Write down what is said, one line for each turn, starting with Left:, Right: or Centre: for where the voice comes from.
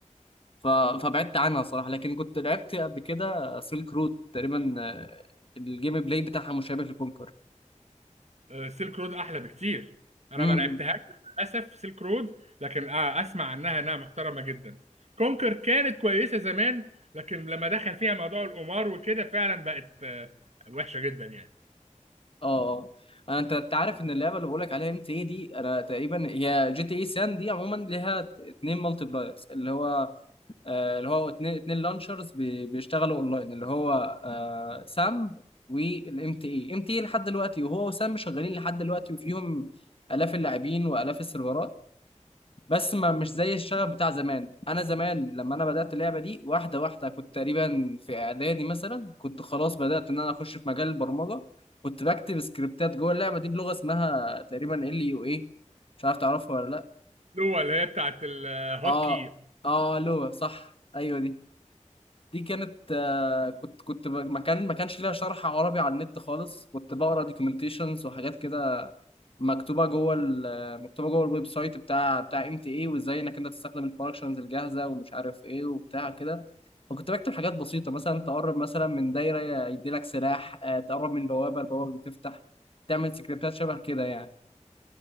Left: ف... فبعدت عنها صراحة لكن كنت لعبت قبل كده سيلك رود تقريبا آه، الجيم بلاي بتاعها مشابه لكونكر
Right: سيلك رود احلى بكتير انا
Left: امم
Right: ما لعبتهاش للاسف سيلك رود لكن آه، اسمع عنها انها محترمه جدا كونكر كانت كويسه زمان لكن لما دخل فيها موضوع القمار وكده فعلا بقت آه، وحشه جدا يعني
Left: اه اه انا انت أنت عارف ان اللعبه اللي بقول لك عليها ام تي اي دي انا تقريبا هي جي تي اي سان دي عموما ليها اتنين مالتي بلايرز اللي هو آه، اللي هو اتنين اتنين لانشرز بي- بيشتغلوا اونلاين اللي هو آه، سام والام تي اي ام تي اي لحد دلوقتي وهو وسام شغالين لحد دلوقتي وفيهم الاف اللاعبين والاف السيرفرات بس ما مش زي الشغف بتاع زمان انا زمان لما انا بدات اللعبه دي واحده واحده كنت تقريبا في اعدادي مثلا كنت خلاص بدات ان انا اخش في مجال البرمجه كنت بكتب سكريبتات جوه اللعبه دي بلغه اسمها تقريبا ال يو اي مش عارف تعرفها ولا لا
Right: اللي هو اللي هي بتاعت الهوت
Left: اه
Right: كي
Left: اه لغه صح ايوه دي دي كانت آه، كنت كنت ب- ما كان ما كانش ليها شرح عربي على النت خالص كنت بقرا دوكيومنتيشنز وحاجات كده مكتوبه جوه ال- مكتوبه جوه الويب سايت بتاع بتاع ام تي اي وازاي انك انت تستخدم الفانكشنز الجاهزه ومش عارف ايه وبتاع كده فكنت بكتب حاجات بسيطه مثلا تقرب مثلا من دايره يدي لك سلاح آه، تقرب من بوابه البوابه دي تفتح تعمل سكريبتات شبه كده يعني